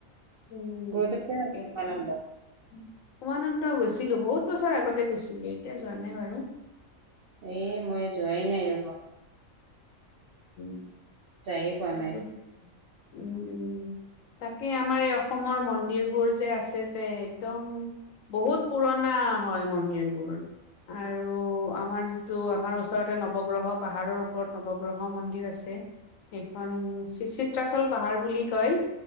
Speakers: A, on the left (about 75°); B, on the right (about 65°).
A: উম।
B: গৈ পাইছা
A: <unintelligible>
B: নেকি উমানন্দ?
A: উমানন্দ গৈছিলোঁ। বহুত বছৰ আগতে গৈছিলোঁ এতিয়া যোৱা নাই বাৰু।
B: এ, মই যোৱাই নাই ৰ'বা।
A: <unintelligible>
B: যায়ে পোৱা
A: <unintelligible>
B: নাই।
A: উম উম তাকে আমাৰ এই অসমৰ মন্দিৰ বোৰ যে আছে যে একদম, বহুত পুৰণা হয় মন্দিৰ বোৰ। আৰু আমাৰ যিটো আমাৰ ওচৰতে নৱগ্ৰহ পাহাৰৰ ওপৰত নৱগ্ৰহ মন্দিৰ আছে। সেইখন চি চিত্ৰাচল পাহাৰ বুলি কয়